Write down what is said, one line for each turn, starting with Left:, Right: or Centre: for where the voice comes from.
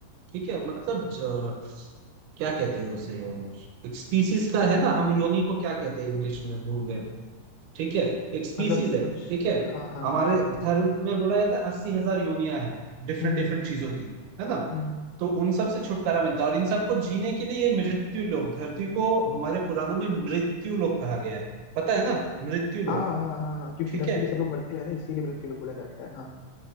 Right: ठीक है मतलब ज- क्या कहते हैं उसे एक स्पीसीज का है ना हम योनि को क्या कहते हैं इंग्लिश में भूल गए ठीक है एक स्पीसीज
Left: मतलब
Right: है
Left: कुछ
Right: ठीक है
Left: हाँ हाँ
Right: हमारे धर्म में बोला जाता है अस्सी हजार योनियां हैं डिफरेंट
Left: हम्म
Right: डिफरेंट
Left: हम्म
Right: चीजों की है ना
Left: हम्म।
Right: तो उन सब से छुटकारा मिलता है और इन सबको जीने के लिए ये मृत्यु लोक धरती को हमारे पुराणों में मृत्यु लोक कहा गया है पता है ना मृत्यु लोक
Left: हाँ हाँ हाँ हाँ हाँ क्योंकि
Right: ठीक
Left: धरती
Right: है
Left: पे सब लोग मरते हैं ना इसीलिए मृत्यु लोग बोला जाता है हाँ